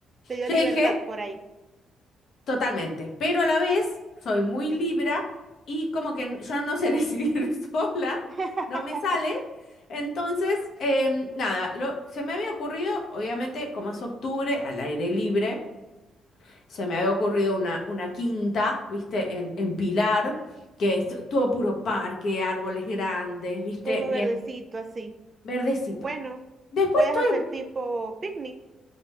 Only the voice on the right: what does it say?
te dio
libertad
por ahí.
<laughs>
Todo
verdecito así.
Bueno,
puedes
hacer tipo picnic.